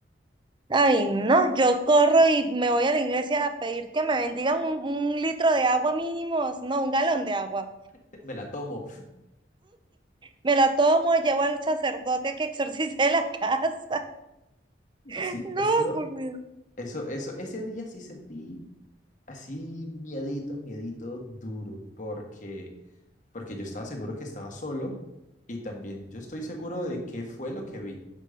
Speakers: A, on the right; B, on the left.
A: Ay, no, yo corro y me voy a la iglesia a pedir que me bendigan un, un litro de agua mínimo, no, un galón de agua.
B: <laughs> Me la tomo.
A: Me la tomo, llevo al sacerdote a que exorcice la casa. <laughs>
B: Sí,
A: No,
B: eso,
A: por Dios.
B: eso, eso, ese día sí sentí así miedito, miedito duro, porque, porque yo estaba seguro que estaba solo y también yo estoy seguro de qué fue lo que vi.